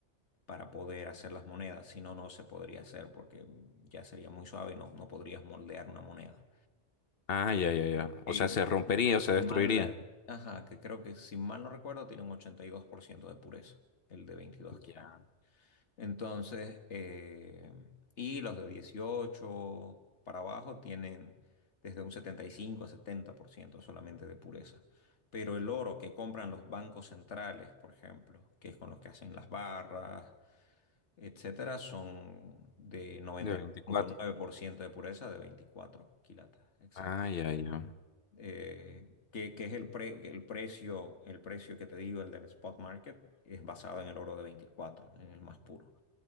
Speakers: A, on the left (about 80°); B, on the left (about 60°).
A: para poder hacer las monedas. Si no, no se podría hacer porque ya sería muy suave y no, no podrías moldear una moneda.
B: Ah, ya, ya, ya.
A: Eh,
B: O sea, se rompería o se destruiría.
A: si mal, ajá, que creo que si mal no recuerdo tiene un 82% de pureza, el de 22 quilates.
B: Ya.
A: Entonces, eh, y los de 18 para abajo tienen desde un 75 a 70% solamente de pureza. Pero el oro que compran los bancos centrales, por ejemplo, que es con los que hacen las barras, etcétera, son de 99.9%
B: De 24.
A: de pureza de 24 quilates, exacto.
B: Ah, ya, ya.
A: Eh, que, que es el, pre- el precio, el precio que te digo, el del spot market, es basado en el oro de 24, en el más puro.